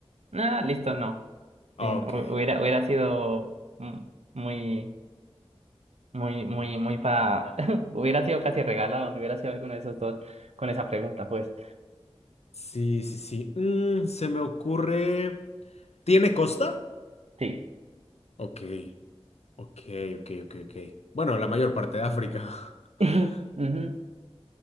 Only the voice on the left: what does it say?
Ok,
sí, sí, sí. Mm, se me ocurre... ¿Tiene costa?
Ok, ok, ok, ok, ok. Bueno, la mayor parte de África. <laughs>